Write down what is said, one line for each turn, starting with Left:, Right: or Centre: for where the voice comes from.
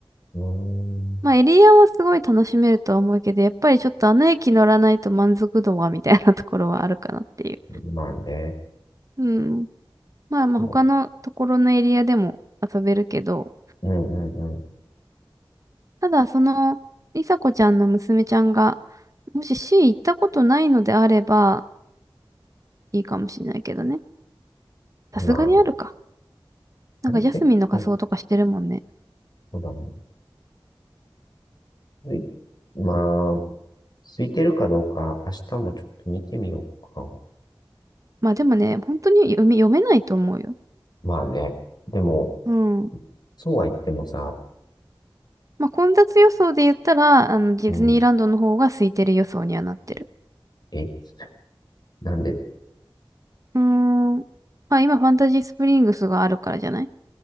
Left: うん
Right: まあ、エリアはすごい楽しめるとは思うけど、やっぱりちょっとあの駅乗らないと満足度はみたいなところはあるかなっていう。
Left: ん。まあね。
Right: うん。まあまあ、
Left: でも
Right: 他のところのエリアでも遊べるけど、
Left: うんうん
Right: ただ、その、りさこちゃんの娘ちゃんが、もし C 行ったことないのであれば、いいかもしれないけどね。
Left: うん。
Right: さすがにあるか。
Left: まあ、
Right: なんか、
Left: あれ前回、
Right: ジャスミンの仮装とかしてるもんね。
Left: そうだね。ういまあ、空いてるかどうか、明日もちょっと見てみようか。
Right: まあ、でもね、本当に読め、読めないと思うよ。
Left: まあね。でも、
Right: うん。
Left: そうは言ってもさ、
Right: まあ、混雑予想で言ったら、あの、ディズニーランドの方が空いてる予想にはなってる。
Left: うん、え、なんで、
Right: うーん。まあ今ファンタジースプリングスがあるからじゃない